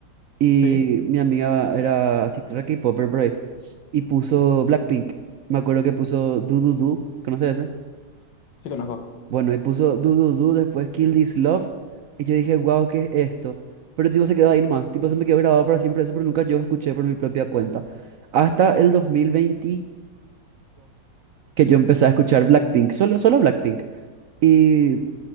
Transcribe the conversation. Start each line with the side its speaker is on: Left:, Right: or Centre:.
Right: Y
Left: sí,
Right: mi amiga era así, re K-popper por ahí. Y puso Blackpink. Me acuerdo que puso Do Do Do. ¿Conoces ese?
Left: sí conozco.
Right: Bueno, y puso Do Do Do, después Kill This Love. Y yo dije, wow, ¿qué es esto? Pero tipo se quedó ahí nomás. Tipo se me quedó grabado para siempre eso, pero nunca yo escuché por mi propia cuenta. Hasta el 2022 que yo empecé a escuchar Blackpink. Solo, solo Blackpink. y